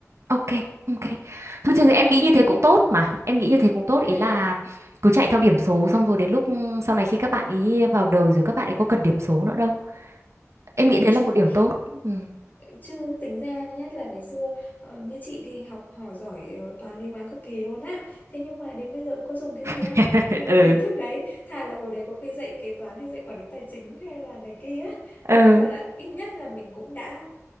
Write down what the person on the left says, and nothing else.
<laughs> ừ
Đúng
rồi.
Chứ tính ra nhất là ngày xưa ờ, như chị đi học hỏi giỏi ờ, toán lý hóa cực kỳ luôn á. Thế nhưng mà đến bây giờ cũng có dùng cái
gì đâu. Những cái
kiến thức đấy thà là hồi đấy có khi dạy kế toán hay dạy quản lý tài chính hay là này kia á, thì
có phải là ít nhất là mình cũng đã